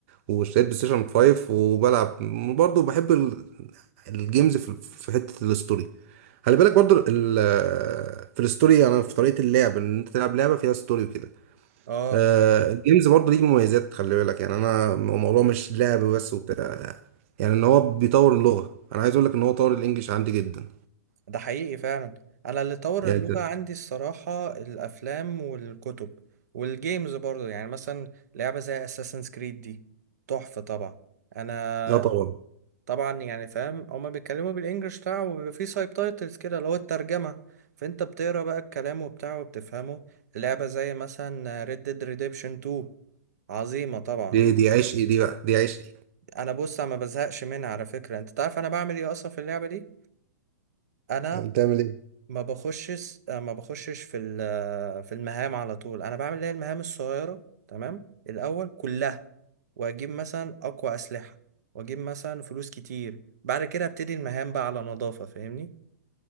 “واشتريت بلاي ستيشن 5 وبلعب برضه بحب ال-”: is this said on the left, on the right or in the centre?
Right